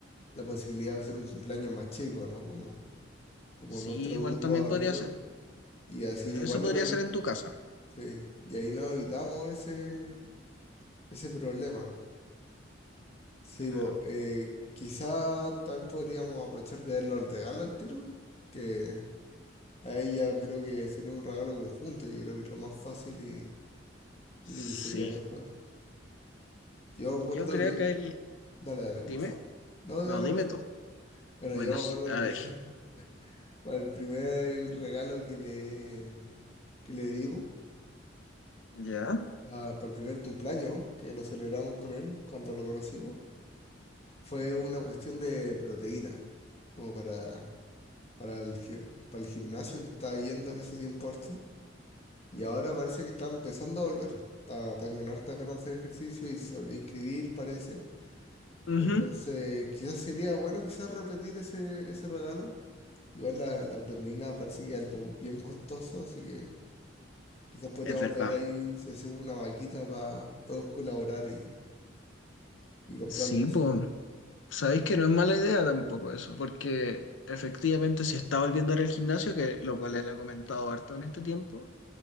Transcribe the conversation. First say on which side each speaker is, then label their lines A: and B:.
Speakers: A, on the left; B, on the left.
A: la posibilidad de hacer un cumpleaños más chico, ¿no? Como, como
B: sí,
A: nuestro
B: igual
A: grupo
B: también
A: de
B: podría
A: amigos.
B: ser.
A: Y así igual
B: Eso podría
A: no evi-
B: ser en tu casa,
A: sí, y ahí no evitamos ese, ese problema. Sí,
B: claro.
A: bo, eh, quizás también podríamos aprovechar de verlo al regalo al tiro, que ahí ya creo que sería un regalo conjunto, yo creo que es lo más fácil y, y
B: Sí,
A: lo que sería mejor. Yo
B: yo
A: acuerdo
B: creo
A: que...
B: que el...
A: Dale, dale,
B: Dime,
A: por favor. No, dale,
B: no, dime
A: por
B: tú.
A: Bueno,
B: Bueno,
A: yo me acuerdo
B: a
A: que
B: ver,
A: <laughs> para el primer regalo que le, que le dimos,
B: ya.
A: pa- para, el primer cumpleaños que lo celebramos con él cuando lo conocimos, fue una cuestión de proteína, como para, para el, gi- para el gimnasio que estaba yendo en ese tiempo harto. Y ahora parece que está empezando a volver. Está, está con hartas ganas de hacer ejercicio y se volvió a inscribir, parece.
B: Ujú,
A: Entonces, quizás sería bueno quizás repetir ese, ese regalo Igual la, la proteína parece que es algo bien costoso, así que quizás podríamos
B: Es verdad.
A: ver ahí si hacemos una vaquita para todos colaborar y, y comprarle
B: Sí,
A: eso.
B: pues. Sabéis que no es mala idea tampoco eso, porque efectivamente si está volviendo a ir al gimnasio, que lo cual él ha comentado harto en este tiempo,